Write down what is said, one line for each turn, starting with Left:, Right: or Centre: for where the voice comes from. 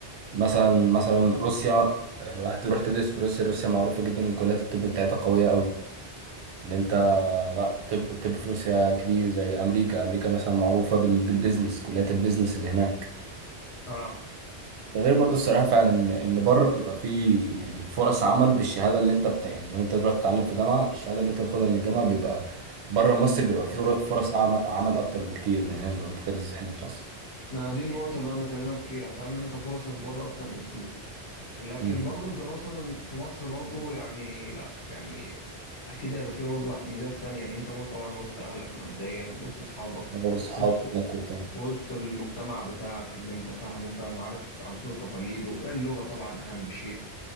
Right: مثلا مثلا روسيا لو هتروح تدرس في روسيا روسيا معروفة جدا ان كليات الطب بتاعتها قوية قوي ان انت لا الطب الطب في روسيا كبير زي امريكا امريكا مثلا معروفة بال- بالبيزنس كليات البيزنس اللي هناك
Left: اه
Right: ده غير برضو الصراحة فعلا ان إن بره بيبقى فيه يعني فرص عمل بالشهادة اللي انت بت... يعني لو انت دلوقتي تتعلم في جامعة الشهادة اللي انت تاخدها من الجامعة بيبقى بره مصر بيبقى فيه فر- فرص عمل, عمل اكتر بكتير من هنا لو انت تدرس هنا في مصر
Left: ما دي النقطة اللي أنا بكلمك فيها فاهم أنت فرصك بره أكتر بكتير لكن
Right: امم
Left: برضه أنت مثلا في مصر برضه يعني لا يعني اكيد هيبقى فيه برضه ميزات تانية ان انت برضه طبعا وسط اهلك مبدئيا وسط اصحابك
Right: لو اصحابك
Left: وسط
Right: وبتاع
Left: وسط المجتمع بتاعك اللي انت فاهمه فاهم عارف عاداته وتقاليده اللغة طبعا اهم شيء